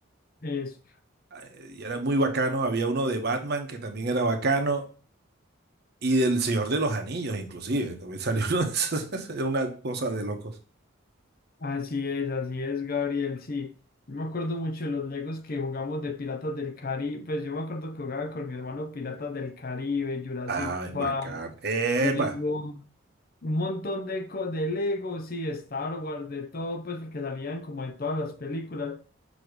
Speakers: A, on the left; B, on the right.
A: Es,
B: eh, y era muy bacano. Había uno de Batman que también era bacano y del Señor de los Anillos, inclusive. También <laughs> salió uno de esos. <laughs> Era una cosa de locos.
A: así es, así es, Gabriel, sí. Yo me acuerdo mucho de los Legos que jugamos de Piratas del Caribe. Pues yo me acuerdo que jugaba con mi hermano Piratas del Caribe, Jurassic
B: Ay,
A: Park.
B: bacán. ¡Epa!
A: Yo digo, un montón de, co- de legos sí, Star Wars, de todo, pues porque salían como de todas las películas.